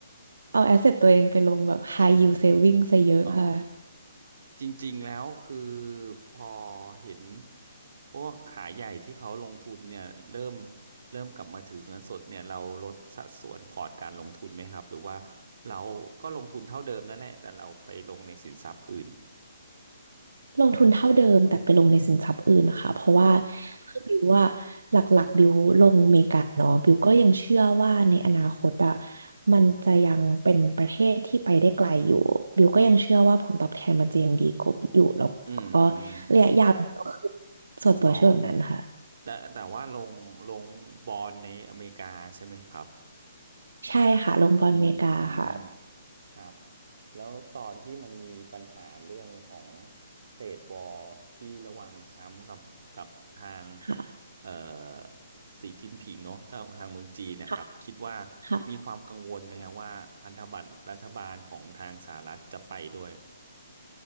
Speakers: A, on the right; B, on the right.
A: เอาแอสเซทตัวเองไปลงแบบ high yield saving ซะเยอะค่ะ
B: อ๋อจริงๆแล้วคือพอเห็นพวกขายใหญ่ที่เขาลงทุนเนี่ยเริ่มเริ่มกลับมาถือเงินสดเนี่ยเราลดสัดส่วนพอร์ตการลงทุนไหมครับหรือว่าเราก็ลงทุนเท่าเดิมนั่นแหละแต่เราไปลงในสินทรัพย์อื่น
A: ลงทุนเท่าเดิมแต่ไปลงในสินทรัพย์อื่นนะคะเพราะว่า
B: อ๋อ
A: คือบิวว่าหลักๆบิวลงอเมริกาเนาะบิวก็ยังเชื่อว่าในอนาคตอ่ะมันจะยังเป็นประเทศที่ไปได้ไกลอยู่บิวก็ยังเชื่อว่าผลตอบแทนมันจะยังดีกว่าอยู่แล้วก็
B: อืม
A: ระยะยาวมันก็คือส่วนตัวเชื่อแบบนั้นค่ะ
B: อ๋อแต่แต่ว่าลงลงบอลในอเมริกาใช่ไหมครับ
A: ใช่ค่ะลงบอลอเมริกาค่ะ
B: อืม ครับแล้วตอนที่มันมีปัญหาเรื่องของเทรดวอร์ที่ระหว่างซ้ำกับกับทาง
A: ค่ะ
B: เอ่อสีจิ้นผิงเนาะทางทางเมืองจีนนะครับคิดว่า
A: ค่ะค่ะ
B: มีความกังวลไหมฮะว่าพันธบัตรรัฐบาลของทางสหรัฐจะไปด้วย